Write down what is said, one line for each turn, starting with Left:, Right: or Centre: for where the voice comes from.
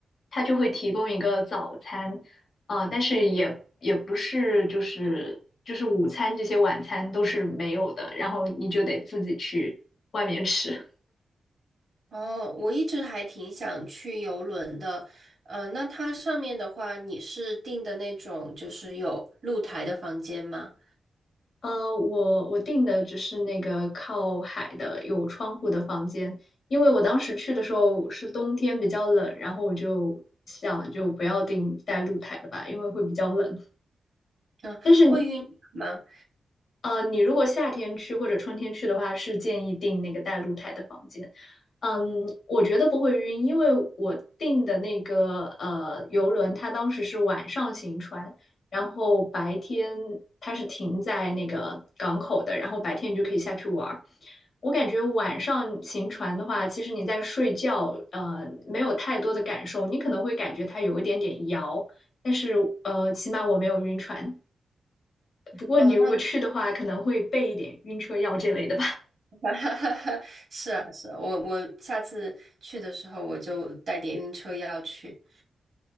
Left: 它就会提供一个早餐，啊、但是也也不是就是就是午餐这些晚餐都是没有的，然后你就得自己去外面吃。
Right: 哦，我一直还挺想去游轮的。呃，那它上面的话，你是订的那种就是有露台的房间吗？
Left: 呃，我我订的只是那个靠海的有窗户的房间，因为我当时去的时候是冬天比较冷，然后我就想就不要订带露台的吧，因为会比较冷。
Right: 嗯，
Left: 但是
Right: 会晕船吗？
Left: 呃，你如果夏天去或者春天去的话，是建议订那个带露台的房间。嗯，我觉得不会晕，因为我订的那个呃游轮，它当时是晚上行船，然后白天它是停在那个港口的，然后白天你就可以下去玩儿。我感觉晚上行船的话，其实你在睡觉，呃，没有太多的感受，你可能会感觉它有一点点摇，但是呃，起码我没有晕船。不过你如果去的话，
Right: 哦，那
Left: 可能会备一点晕车药这类的吧。
Right: <laughs> 哈哈，是啊，是啊，我我下次去的时候我就带点晕车药去。